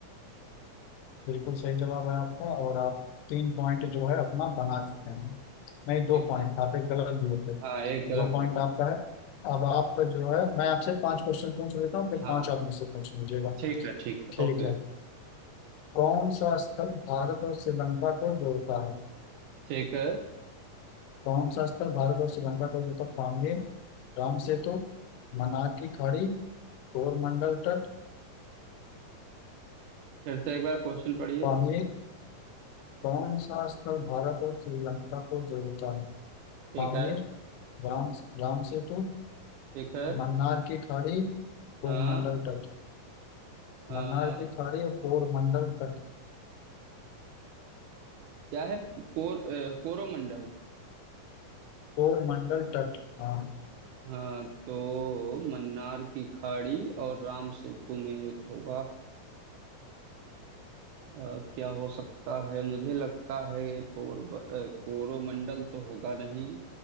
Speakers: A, on the left; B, on the right.
A: बिल्कुल सही जवाब है आपका और आप तीन पॉइंट जो है अपना बना चुके हैं नहीं दो
B: ठीक
A: पॉइंट
B: है
A: आप एक गलत दिए थे
B: हाँ एक गलत
A: दो पॉइंट
B: हो गया
A: आपका है अब आप जो है मैं आपसे पांच क्वेश्चन पूछ लेता हूँ फिर
B: हाँ
A: पांच आप मुझसे पूछ लीजिएगा
B: ठीक है ठीक है
A: ठीक
B: ओके
A: है कौन सा स्थल भारत और श्रीलंका को जोड़ता है
B: ठीक है
A: कौन सा स्थल भारत और श्रीलंका को जोड़ता है पामीर राम सेतु मन्नार की खाड़ी कोरमंडल तट
B: फिर से एक बार क्वेश्चन पढ़िए
A: पामीर कौन सा स्थल भारत और श्रीलंका को जोड़ता है
B: ठीक
A: पामीर
B: है
A: राम राम सेतु
B: ठीक है
A: मन्नार की खाड़ी कोरमंडल
B: हाँ
A: तट
B: अ,
A: मन्नार की खाड़ी और कोरमंडल तट
B: क्या है कोर अ, कोरोमंडल
A: कोरमंडल तट हाँ
B: हाँ तो मन्नार की खाड़ी और राम सेतु में एक होगा अ, क्या हो सकता है मुझे लगता है पोरब अ, कोरोमंडल तो होगा नहीं